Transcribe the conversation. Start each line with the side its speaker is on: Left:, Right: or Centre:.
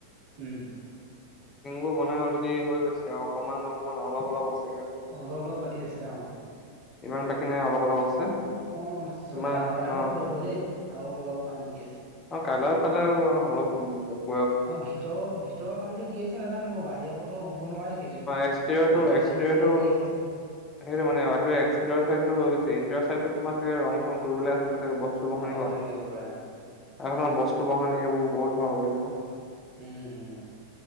Right: উম
Left: বোৰ বনাই অলৰে হৈ গৈছে অকনমান - অকণমান অলপ- অলপ আছে।
Right: অ' অলপ - অলপ বাকী আছে অ'।
Left: ইমান বাকী নাই অলপ- অলপ আছে।
Right: অকণ- অকমান আছে
Left: তোমাৰ
Right: চব প্ৰায়ভাগ
Left: অ
Right: হলেই আৰু অলপ কাম বিকি আছে।
Left: অ কালাৰ- চালাৰ অলপ উ
Right: অ' ভিতৰৰ - ভিতৰৰ কামটো কি আছে নাজানো বাহিৰৰ পৰা সম্প দেখিছো!
Left: এক্সটেৰিয়ৰটো
Right: ভিতৰ
Left: এক্সটেৰিয়ৰটো
Right: চাইটটোহে কি হৈছে খালি।
Left: সেইটো মানে বাহিৰ হৈ গৈছে ইডৰ চাইতো তোমাৰে ৰং চং কৰিব আছোগে বস্তু বখ <inaudible>
Right: নাথাকিব পাৰে আৰু।
Left: এখন বস্তু বখানী এইব বহুত ভাল লিব নো <inaudible>
Right: উম উম।